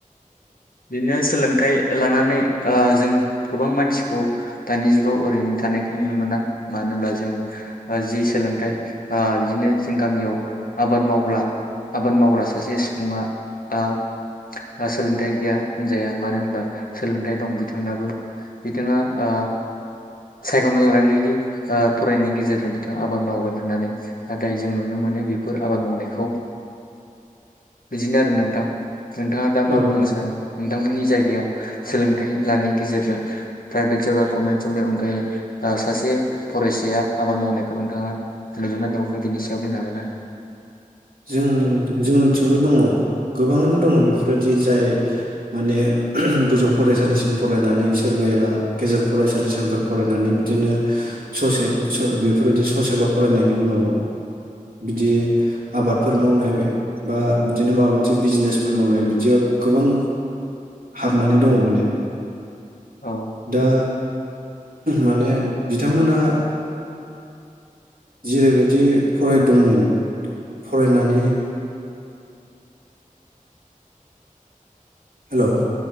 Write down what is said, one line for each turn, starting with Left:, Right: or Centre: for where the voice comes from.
Left: बिनो सोलों थाइ लानानै ओ जों गोबां मानसिखौ दानि जुगाव ओरैनो थानायखौ नुनो मोना मानो होनब्ला जोङो जि सोलोंथाइ ओ बिदिनो जों गामियाव आबाद मावग्रा आबाद मावग्रा सासे सुबुङा ओ सोलोंथाइ गैया होनजाया मानो होनबा सोलोंथाइ दं बिथांनाबो बिथांङा ओ सायख लालांनायनि ओ‌ फ फरायनायनि गेजेरजों बिथां आबाद मावगोन होननानै नाथाय जों नुनो मोनो बेफोर आबाद मावनायखौ बिदिनो आरो नोंथां। नोंथाङा दा मा
Right: औ
Left: बुंनो सानो नोंथांमोननि जाय याव सोलोंथाइ लानायनि गेजेरजों प्राइभेट जब बा गभमेन्ट जबनि अनगायै ओ सासे फरायसा या आबाद मावनायखौ नोंथाङा नुदोना नुवाखै बिनि सायाव बुंनो हागोन ना?
Right: जोंनि जोंनिथिंबो दङ गोबां दङ बेफोरबायदि जाय माने गोजौ फरायसालिसिम फरायनानै सोरबाया गेजेर फरायसालिसिमफोर फरायनानै बिदिनो ससेनि बेफोरबायदि ससेल फरायनायनि उनाव बिदि आबादफोर मावनाय बा बिदिनो माबा मोनसे बिजनेसफोर मावनाय बिदियाव गोबां हाबनानै दङ माने
Left: औ
Right: दा माने बिथांमोना जेरै-बायदि फरायदोंमोन फरायनानै हेलोव